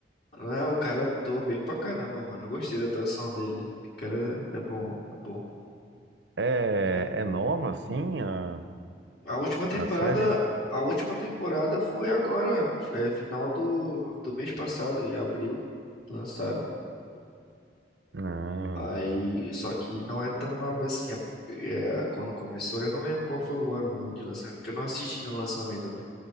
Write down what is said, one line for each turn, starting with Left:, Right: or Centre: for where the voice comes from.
Left: Ah, o cara atuou bem pra caramba, mano. Eu gostei da atuação dele. O cara é bom, é bom.
Right: É, é nova, assim, a,
Left: A última temporada,
Right: a série?
Left: a última temporada foi agora, é final do, do mês passado, em abril, lançaram.
Right: Ah,
Left: Aí, só que não é tão nova assim. a- é, quando começou, eu não lembro qual foi o ano, mano, de lançamento, porque eu não assisti no lançamento, né?